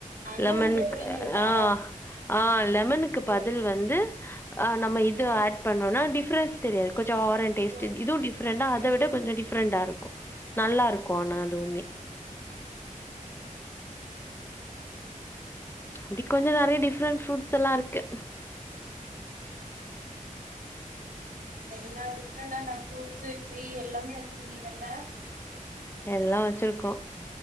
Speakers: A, on the right; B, on the left.
A: அந்த
B: லெமனுக்கு
A: மாதிரி புழிஞ்சு விட்டா
B: ஆ ஆ லெமனுக்கு
A: ஓகே
B: பதில்
A: ஓகே
B: வந்து அ நம்ம இது
A: சேரி
B: ஆட்
A: சேரி
B: பண்ணுனா டிஃப்ரென்ஸ் தெரியா கொஞ்சோ ஆரன் டேஸ்ட்டு
A: ஓ
B: இது டிஃப்ரெண்டா
A: சேரி
B: அ தவிட கொஞ்சோ டிஃப்ரெண்டா இருக்கு நல்லாருக்கு
A: ம்
B: ஆனா அதுவுமே அப்டி கொஞ்சோ நரியா டிஃப்ரெண்ட் ஃப்ரூட்ஸ்ல்லா இருக்கு
A: ஓகே எல்லா டிஃப்ரெண்டா ஆன ஃப்ரூட்ஸ்சு ட்ரீ எல்லாமே வச்சிருக்கீங்கல்ல
B: எல்லா வச்சிருக்கோ